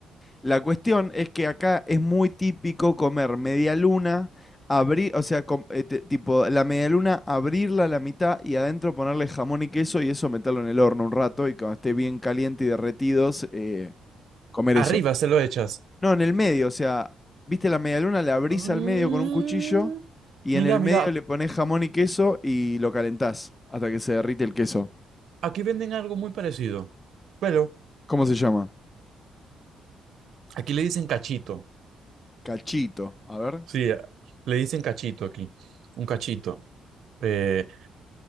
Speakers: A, on the left; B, on the right.
A: La cuestión es que acá es muy típico comer medialuna, abrir, o sea, com- eh, te- tipo la medialuna abrirla a la mitad y adentro ponerle jamón y queso y eso meterlo en el horno un rato y cuando esté bien caliente y derretidos, eh, comer
B: Arriba
A: eso.
B: se lo echas.
A: No, en el medio, o sea, viste la medialuna, la abrís
B: Mm,
A: al medio con un cuchillo y
B: mira,
A: en el
B: mira,
A: medio le pones jamón y queso y lo calentás hasta que se derrite el queso.
B: aquí venden algo muy parecido. Pero
A: ¿Cómo se llama?
B: Aquí le dicen cachito.
A: Cachito, a ver.
B: Sí, eh, le dicen cachito aquí. Un cachito. Eh,